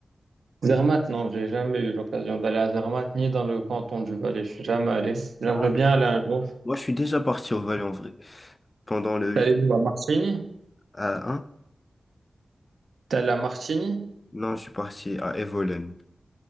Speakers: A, on the right; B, on the left.
A: Zermatt, non, j'ai jamais eu l'occasion d'aller à Zermatt, ni dans le canton du Valais. Je suis jamais allé. J'aimerais
B: Ah. oui.
A: bien aller un jour.
B: Moi, je suis déjà parti au Valais en vrai. Pendant le
A: T'es
B: week
A: allé où, à Martigny?
B: à un
A: T'es allé à Martigny?
B: non, je suis parti à Evolen.